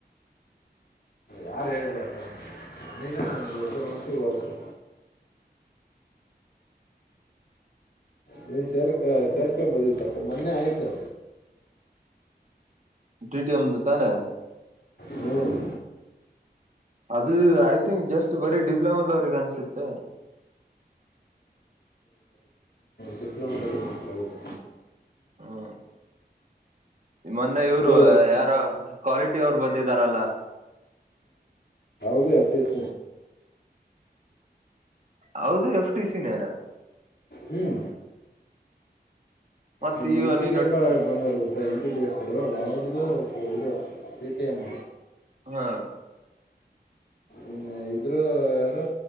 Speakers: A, on the left (about 70°); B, on the right (about 45°).
A: ಯಾರು ಹೇಳಿದ್ದಾರೆ ಫೋನ್ ನನಗ ನಾನು ಗೊತ್ತಿರ ಮಟ್ಟಿಗೆ ಹೋಗಿ ನೀನ್ ಸೇರ್ಕ ಸೇರ್ಕಬೋದಿ ತಪ್ಪ ಮೊನ್ನೆ ಆಯ್ತು?
B: ಟಿಟಿ ಅವನ್ದು ತಾನೇ
A: ಹ್ಮ್
B: ಅದು ಐ ತಿಂಕ್ ಜಸ್ಟ್ ಬರೀ ಡಿಪ್ಲೊಮದವ್ರಿಗೆ ಅನ್ಸುತ್ತೆ.
A: ಡಿಪ್ಲೊಮಾದದಲ್ಲಿ ಮಾತ್ರ ಹೌದು.
B: ಹ್ಮ ಮೊನ್ನೆ ಇವ್ರು
A: ಏ
B: ಯಾರು? ಕ್ವಾಲಿಟಿ ಅವ್ರು ಬಂದಿದಾರಲ್ಲ
A: ಪ್ರಕ್ಟಿಸ
B: ಹೌದು ಎಫ್ ಟ ಸಿ ನೇನ
A: ಹ್ಮ್
B: ಮತ್ತ
A: ಒಂದು
B: ಈ
A: ಎನ್ ಟಿ
B: ನೀನು
A: ಡಿ ಎಫ್ ಆರ್ ಆಗಿ ಬಂದವರು ಗೊತ್ತಾ N T D F R ಅವ್ರದ್ದು ಇದು. ಟ್ಟಮ್ಮ
B: ಹಾ
A: ಇನ್ನು ಇದ್ರ ಯಾರು